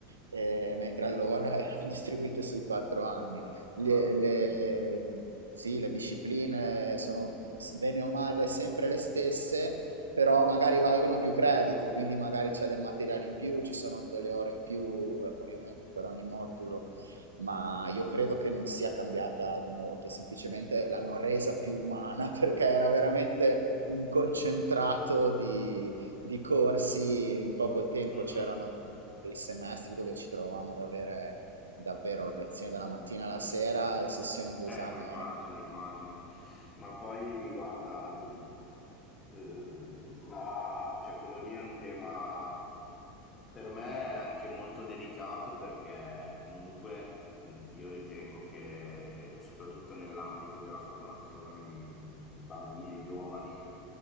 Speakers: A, on the right (about 80°); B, on the left (about 25°).
A: eh, mentre allora <laughs> erano distribuite sui 4 anni. Le,
B: Ah,
A: le- eh, sì, le discipline sono s- bene o male sempre le stesse, però magari valgono più crediti, quindi magari c'è del materiale in più, ci sono delle ore in più, eh, ovviamente, per ogni modulo ma io credo che non sia cambiata di molto, semplicemente l'hanno resa più umana <laughs> perché era veramente un concentrato di, di corsi in poco tempo,
B: mhm.
A: c'erano dei semestri dove ci trovavamo ad avere davvero lezioni dalla mattina alla sera e sessioni di
B: Eh,
A: esame
B: ma immagino, immagino. Ma poi guarda, l- eh, la- cioè, quello lì è un tema per me è anche molto delicato perché comunque mh, io ritengo che soprattutto nell'ambito della formazione di, di bambini, giovani,